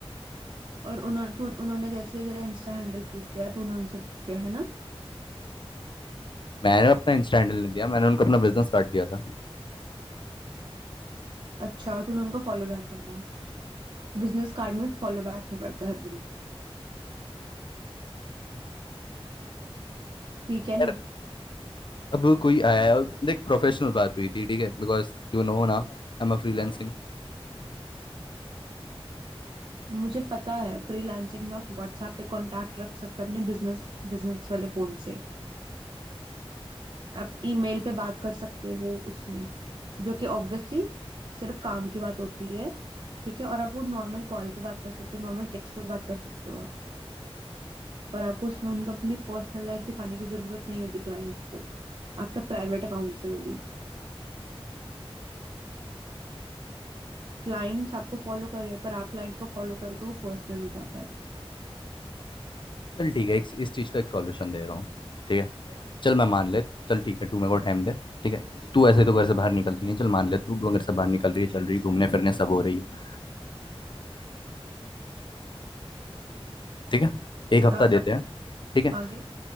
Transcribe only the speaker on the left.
मैंने अपना इंस्टा हैंडल नहीं दिया मैंने उनको अपना बिजनेस कार्ड दिया था
यार
अब कोई आया है, देख प्रोफेशनल बात हुई थी ठीक है बिकॉज यू नो ना आई एम अ फ्रीलैंसिंग
चल ठीक है एक, इस चीज का एक सॉल्यूशन दे रहा हूँ ठीक है चल मैं मान ले चल ठीक है तू मेरे को टाइम दे ठीक है तू ऐसे तो घर से बाहर निकलती नहीं चल मान ले तू घर से बाहर निकल रही है चल रही है घूमने फिरने सब हो रही है ठीक है एक हफ्ता
देते हैं ठीक है